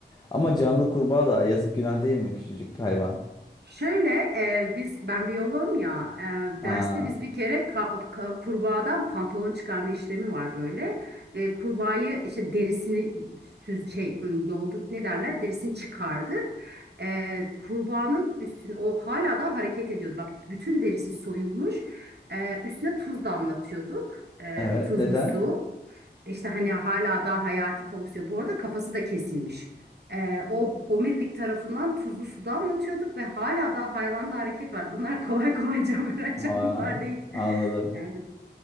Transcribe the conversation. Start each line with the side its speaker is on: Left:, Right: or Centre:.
Left: Ama canlı kurbağa da yazık günah değil mi küçücük hayvan?
Right: Şöyle e, biz ben biyoloğum ya e,
Left: Aa.
Right: derste biz bir kere ka- ka- kurbağadan pantolon çıkarma işlemi var böyle. E, kurbağayı işte derisini süz şey m, yolduk ne derler derisini çıkardık. E, kurbağanın üstüne o hala da hareket ediyordu. Bak bütün derisi soyulmuş. E, üstüne tuz damlatıyorduk. E,
Left: Evet.
Right: tuzlu
Left: Neden?
Right: su. İşte hani hala daha hayati fonksiyon. Bu arada kafası da kesilmiş. Ee, o Omirlik tarafından tuzlu suda anlatıyorduk ve hala daha hayvanda hareket var. Bunlar kolay kolay <laughs> can veren
Left: Vay,
Right: canlılar değil.
Left: anladım.
Right: Evet,